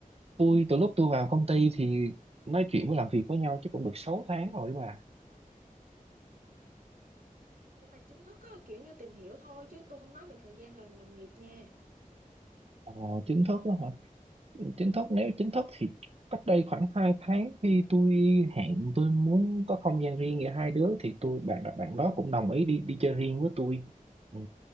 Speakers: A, on the right; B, on the right.
A: tôi từ lúc tôi vào công ty thì nói chuyện với làm việc với nhau chứ cũng được 6 tháng rồi bà
B: Nhưng mà chính thức á, kiểu như tìm hiểu thôi chứ tôi không nói về thời gian làm đồng nghiệp nha.
A: ờ, chính thức đó hả chính thức nếu chính thức thì cách đây khoảng 2 tháng khi tôi hẹn tôi muốn có không gian riêng giữa hai đứa thì tôi bạn bạn đó cũng đồng ý đi đi chơi riêng với tôi Ừ.